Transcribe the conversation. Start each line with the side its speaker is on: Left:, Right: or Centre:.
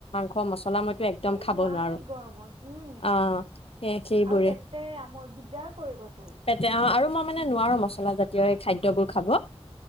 Left: <unintelligible> একদম
Right: এ
Left: খাব
Right: নোৱাৰি
Left: নোৱাৰো
Right: গৰমত উম আৰু
Left: অ' সেই সেইবোৰে
Right: পেটে আমৰ দিগদাৰ কৰিবতো।
Left: পেট অ আৰু মই মানে নোৱাৰো মচলা জাতীয় এই খাদ্যবোৰ খাব,